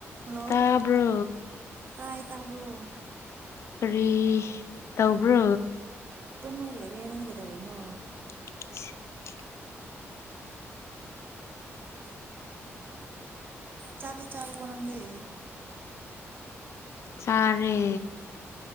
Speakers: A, on the right; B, on the left.
A: Hello
B: ꯇꯥꯕ꯭ꯔꯣ
A: ꯇꯥꯏ ꯇꯥꯕ꯭ꯔꯣ
B: ꯀꯔꯤ ꯇꯧꯕ꯭ꯔꯣ
A: ꯇꯃꯒꯂ ꯌꯦꯅ ꯅꯒꯗꯕꯅꯣ
B: <unintelligible>
A: ꯆꯥꯛꯥꯛꯂꯤ ꯆꯥꯔ ꯅꯥꯎꯗ
B: ꯆꯔꯦ